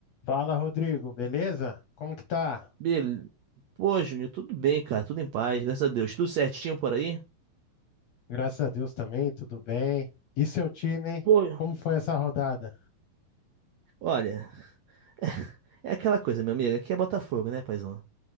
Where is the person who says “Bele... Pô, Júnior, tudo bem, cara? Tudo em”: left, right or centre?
Right